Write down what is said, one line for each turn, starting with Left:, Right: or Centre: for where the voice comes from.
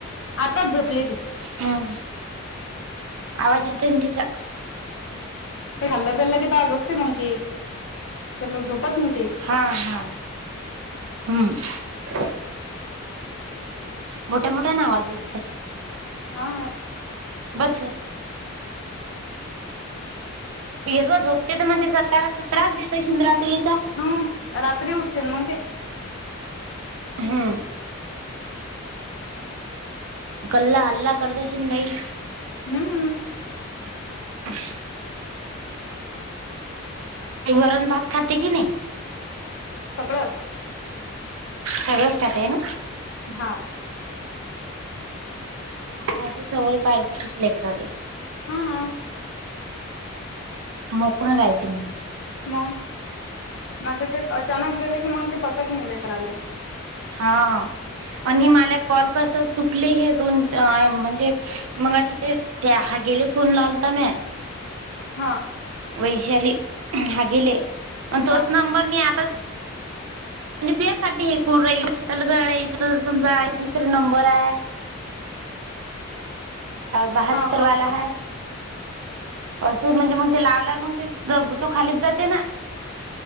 Left: आताच झोपली ती
Right: हम् आवाज येत दििचा
Left: खाल्लं गल्लं की आ झोपते मग ते तर लोक झोपत नाही ते
Right: हा हा हम्म मोठ्या मोठ्या नावाज येत जा
Left: हा
Right: बच यदव झोपते तर मग त्याचा त्रास देतशिंद रात्रीचा
Left: हम्म रात्री उठते मग ते
Right: हम्म कल्ला हल्ला करतश नाहीई
Left: हम्म
Right: ह ते गरम भात खात की नाही
Left: सगळं असतं
Right: सगळंच खातेन
Left: हां
Right: आजी सवय पाहिजे तच लेट्रले
Left: हम्म
Right: मोकळ राहयच मग
Left: म नाही ते ते अचानक गेले की मग ते पचत नाहीेलेकर आले
Right: हा आणि मला कॉल कस चुकले हे दोन म्हणजे मग अ ते ते हा गेले फोन लावलता मॅ
Left: हां
Right: वैशाली हा गेले प
Left: हा
Right: तोच नंबर मी आताच म्हणजे त्यासाठी हे कोण रेल्पक्षातला घर आहेथ समजा दुसर नंबर आहे
Left: <inaudible>
Right: बहात्तर
Left: हा हा
Right: वाला ह असे म्हणजे मग ते लावल्यावर मग ते ज तो खालीच जाते ना